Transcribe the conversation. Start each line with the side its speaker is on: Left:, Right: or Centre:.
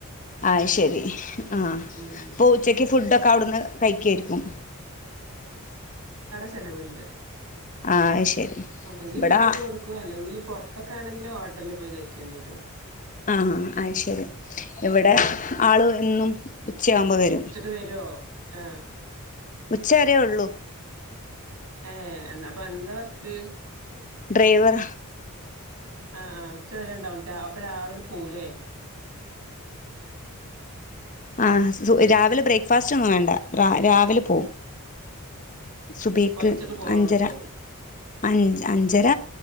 Left: ആഹ് ശരി അ
Right: ഉം
Left: ഉച്ചയ്ക്ക് ഫുഡ് അവിടുന്ന് കഴിക്കായിരിക്കും
Right: ചെലവ്ണ്ട്
Left: ആഹ് ശരി
Right: ഒന്നെങ്കി
Left: ഇവിടെ
Right: വീട്ടിന്ന് കൊടുക്കു അല്ലെങ്കിൽ പുറത്ത് ഇത്തൊക്കെ ആണെങ്കിൽ ഹോട്ടലിൽ പോയി കഴിക്കേണ്ടി വരും
Left: ആ അശരി ഇവിടെ ആള് എന്നും ഉച്ചയാവുമ്പോ വരും
Right: ഉച്ചക്ക് വരുവോ ആ
Left: ഉച്ചരേ ഒള്ളൂ
Right: ഏ എന്നാ പ്പ അന്ത വർക്ക്
Left: ഡ്രൈവർ
Right: ആആ ഉച്ചവരെ ഉണ്ടാവു അപ്പൊ രാവിലെ പോവു ലേ
Left: ആ
Right: ആഹ്
Left: രാവിലെ ബ്രേക്ക്ഫാസ്റ്റ് ഒന്നും വേണ്ട രാവിലെ പോവും സുബിക്ക്
Right: പൊലച്ചക്ക് പോവാ
Left: അഞ്ചര
Right: മതിയാവും
Left: അഞ്ച് അഞ്ചര